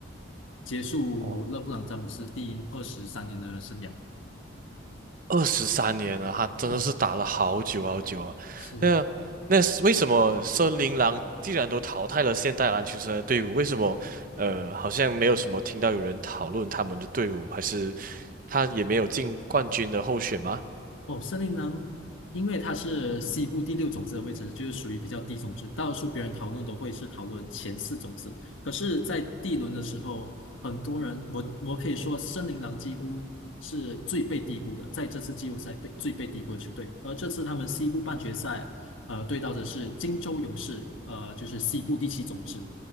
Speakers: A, on the left; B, on the right.
A: 结束勒布朗詹姆斯第二十三年的生涯。
B: 哦，二十三年了，他真的是打了好久好久啊。
A: 嗯。是
B: 那那是为什么森林狼既然都淘汰了现代篮球生的队伍，为什么呃好像没有什么听到有人讨论他们的队伍，还是他也没有进冠军的候选吗？
A: 哦，森林狼，因为它是西部第六种子的位置，就是属于比较低种子。大多数别人讨论都会是讨论前四种子，可是，在第一轮的时候，很多人，我我可以说，森林狼几乎是最被低估的，在这次季后赛被最被低估的球队。而这次他们西部半决赛，呃，对到的是金州勇士，呃，就是西部第七种子，